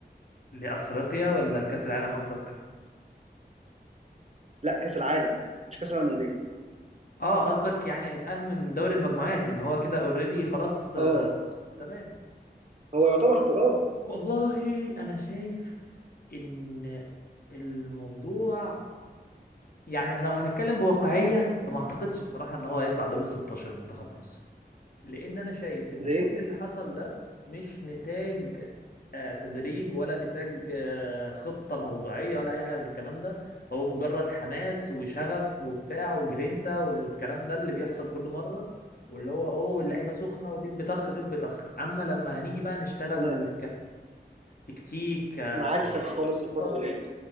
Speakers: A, on the left; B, on the right.
A: لافريقيا ولا الكاس العالم قصدك
B: لا كاس العالم مش كاس العالم للانديه
A: اه قصدك يعني هيتأهل من دوري المجموعات لان هو كده اوريدي خلاص آه
B: اه
A: تمام
B: هو يعتبر في اه
A: والله انا شايف ان الموضوع يعني لو هنتكلم بواقعية فما اعتقدش بصراحة ان هو هيطلع دور ال 16 منتخب مصر لان انا شايف ان
B: ليه؟
A: كل اللي حصل ده مش نتاج آه، تدريب ولا نتاج آه، خطة موضوعية ولا اي حاجة من الكلام ده هو مجرد حماس وشغف وبتاع وجرينتا والكلام ده اللي بيحصل كل مرة واللي هو اوه اللعيبة سخنة ودب طخ دب طخ اما لما هنيجي بقى نشتغل
B: أصل انا
A: كتكتيك
B: انا عكسك خالص الفتره
A: كخطط
B: دي